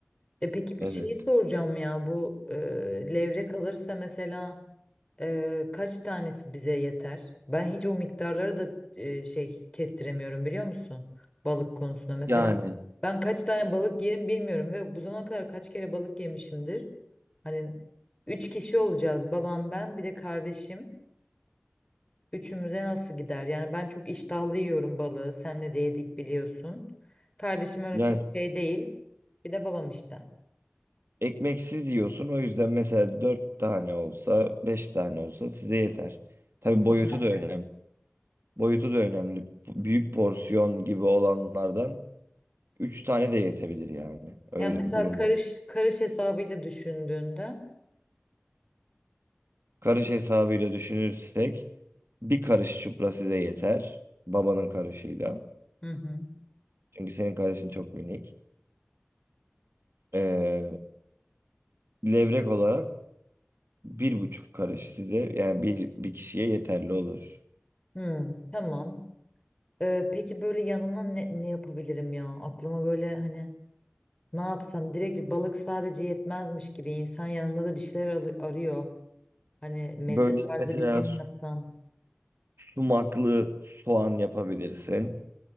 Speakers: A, on the left; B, on the right.
A: E peki bir
B: Evet.
A: şeyi soracağım ya bu e, levrek alırsa mesela Eee, kaç tanesi bize yeter? Ben hiç o miktarları da eee, şey kestiremiyorum biliyor musun? Balık konusunda. Mesela
B: Yani
A: ben kaç tane balık yerim bilmiyorum ve bu zamana kadar kaç kere balık yemişimdir. Hani üç kişi olacağız. Babam, ben, bir de kardeşim. Üçümüze nasıl gider? Yani ben çok iştahlı yiyorum balığı. Senle de yedik biliyorsun. Kardeşim öyle
B: yani
A: çok şey değil. Bir de babam işte.
B: Ekmeksiz yiyorsun. O yüzden mesela 4 tane olsa, 5 tane olsa size yeter. Tabii
A: Total.
B: boyutu da önemli. Boyutu da önemli. Büyük porsiyon gibi olanlardan 3 tane de yetebilir yani. Öyle
A: Yani mesela
B: bir durum
A: karış
B: var.
A: karış hesabıyla düşündüğünde.
B: Karış hesabıyla düşünürsek bir karış çupra size yeter. Babanın karışıyla.
A: Hı hı.
B: Çünkü senin karışın çok minik. Ee, levrek olarak bir buçuk karış size yani bir, bir kişiye yeterli olur.
A: Hmm, tamam. Ee, peki böyle yanına ne, ne yapabilirim ya? Aklıma böyle hani ne yapsam direkt balık sadece yetmezmiş gibi insan yanında da bir şeyler alı- arıyor. Hani meze
B: Böyle
A: tarzı
B: mesela
A: bir şey mi yapsam?
B: Sumaklı soğan yapabilirsin.